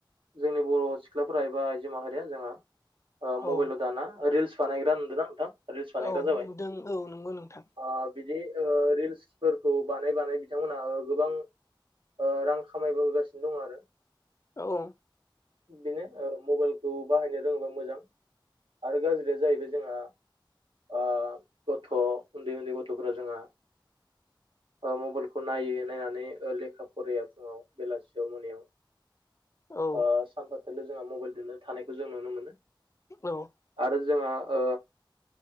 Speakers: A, on the right; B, on the left.
A: जोंनि बर' सिख्लाफोरा एबा आइजो माहारिया जोंहा ओ मबाइलाव
B: औ
A: दाना रिलस बानायग्रा नुदों ना नोंथां? रिल्स बानायग्रा
B: औ
A: जाबाय
B: नुदों। औ नंगौ नोंथां।
A: ओ बिदि ओ रिल्सफोरखौ बानाय बानाय बिथां मोन ओ गोबां ओ रां खामाय बोगासिनो दं आरो।
B: औ औ
A: बेनो ओ मबाइलखौ बाहायनो रोङोबा मोजां । आरो गाज्रिया जाहैबाय जोंहा आं गथ' उन्दै उन्दै गथ'फोरा जोङा ओ मबाइलखौ नायो। नायनानै ओ लेखा फराया फुङाव बेलासियाव मोनायाव ओ
B: औ
A: सानफा थोलो जोंहा मबाइल दोननो थानायखौ जों नुनो मोनो।
B: नौ
A: आरो जोंहा ओ